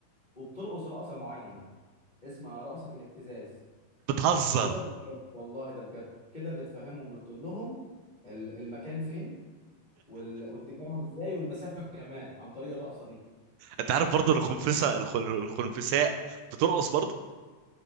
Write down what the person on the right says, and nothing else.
بتهزر
انت عارف برضه الخنفسه الخ- الخنفساء بترقص برضه